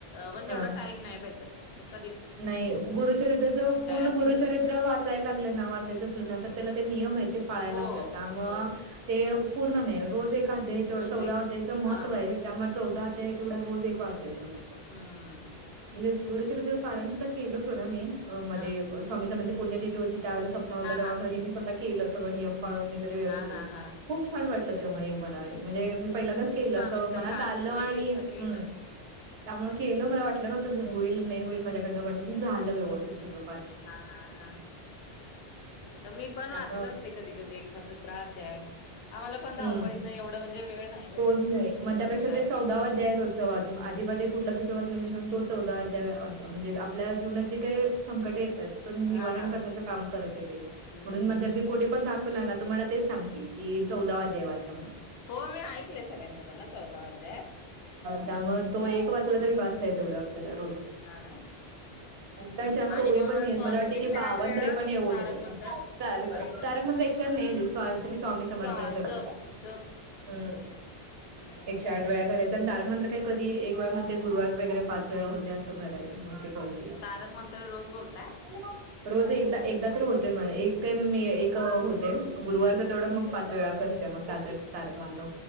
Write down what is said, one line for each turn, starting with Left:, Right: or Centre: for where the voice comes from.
Left: पण तेवढेच
Right: अ
Left: टाईम नाही भेटत क
Right: नाही गुरुचरित्रच पूर्ण
Left: असे
Right: गुरुचरित्र
Left: कर
Right: वाच <unintelligible> चायला लागलं ना वाचायचं असलं ना, त त्याला ते नियम हाय ते पाळायला
Left: हो
Right: लागत्यात त्यामुळे
Left: हो
Right: ते. पूर्ण नाही रोज एक. आध्याय तेवढ
Left: रोज
Right: चौदा
Left: एक
Right: अध्याय च महत्व
Left: हा
Right: हे त्यामुळे चौदा अध्याय. तेवढा रोज एक वाचायचं फ फक्त.
Left: हम्म
Right: <unintelligible> गुरुचरि पारायण सुद्धा केलं सोडा मी मध्ये
Left: हा
Right: स्वामीचा म्हणजे पुण्यतिथी हो ती त्यावेला सप्ता होता
Left: हा
Right: तवा
Left: हा
Right: घरी मी स्व केल सगं नियम पाळून वगैरे व्यवस्थित
Left: हा
Right: केलं.
Left: हा हा
Right: खूप छान वाट तेव्हा <unintelligible> म्हणजे पहिल्यांदाच केलं
Left: ते स्वामींच
Right: अस, मनात
Left: छान
Right: आलं
Left: म्हणजे
Right: आणि
Left: हेच आहे वेगळं
Right: हम् त्यामुळे केलं. मला वाटलं नव्हतं, झ होईल न होईल. माझ्याकडंन, पण झालं व्यवस्थित सगळ.
Left: हा हा हा. तर मी पण
Right: त्यामुळं
Left: वाचत असते, कधी कधी एखाद दुसरा अध्याय, आम्हाला पण धाव
Right: हं.
Left: पळीत नाही एवढा म्हणजे वेळ नाही भेटत,
Right: होत नाही. मग
Left: घरी
Right: त्यापेक्षा
Left: का
Right: ते अध्याय रोजचा वाचून आधीमध्ये <unintelligible> तो चौदावा अध्याय वाच म्हणजे आपल्या जीवनात जे काय संकट येत त्यातून
Left: हा
Right: निवारण
Left: हा
Right: करण्याच काम करत ते.
Left: हम्म
Right: म्हणून म्हणतात की, कोठे पण दाखवला ना तरी तुम्हाला तेच सांगतील कि, चौदावा अध्याय वाचा मनून
Left: हो मी ऐकले सगळ्यांच्याकडनं चौदा अध्याय
Right: त्यामुळे तो एक वाचला तरी बासय तेवढ. मला रोज
Left: हा ना
Right: काही जास्त
Left: आणि
Right: ओवी
Left: मग
Right: पण नाही
Left: स्वामी
Right: मला वाटत
Left: एकशे
Right: कि
Left: आठ
Right: बावन्र
Left: वेळा
Right: त्रेपन्न ओवी
Left: तारक
Right: <unintelligible>
Left: मंत्र अ याच
Right: तारक मंत्र एकशे आठ वेळा नाही श्री स्वामी समर्थ
Left: स्वा
Right: जप,
Left: जप
Right: हम्
Left: हम्म
Right: एकशे आठ वेळा कराय पण तारक मंत्र काय कधी एक वेळा म्हणते गुरुवारच वगैरे पाच वेळा होत असं करायचं. <unintelligible>
Left: तारक मंत्र रोज बोलताय
Right: <unintelligible> रोज एकदा, एकदा तर होतय माये ए ते मी एक होते, गुरुवारच तेवढं मग पाच वेळा करते मग तातक तारक तारक मंत्र.